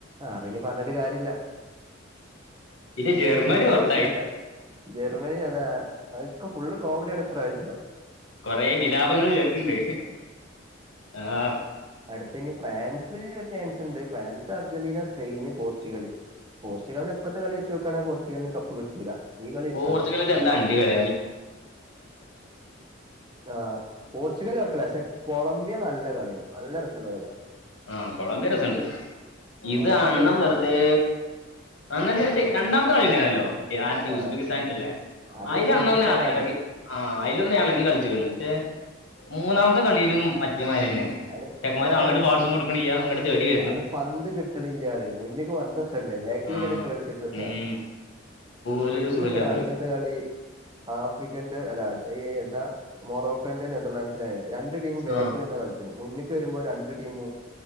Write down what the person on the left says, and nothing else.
പിന്നെ
ജർമ്മനി
പുറത്തായി
കൊറെ വിലാപങ്ങൾ കേക്കണ്ട് ആഹ.
!!!!!!!!!!
ആഹ കൊളമ്പിയരസണ്ട് ഇത്
അണ്ണൻ
വെറുതെ. അണ്ണൻ ചെലപ്പോ രണ്ടാമത്തെ കളിണ്ടായിരുന്നല്ലോ
ഉസ്പാകിസ്താ നേറ്റല്ലേ.
അയിൽ
അണ്ണ ഒന്ന് ഇളകി ആ അയിലൊന്ന് ഇളകി കളിച്ക്ണ് പക്ഷേ. മൂന്നാമത്തെ കളിയിലും മറ്റേമാര്യന്നെ
ചെക്കന്മാര്
അങ്ങട്ട്
പാഴ്സും കൊടുക്ണിയ്യാ ഇങ്ങട്ട് തേടി വരുന്നു
ആ
ഉം ഒരു
സുഖമില്ലാത്ത
ആ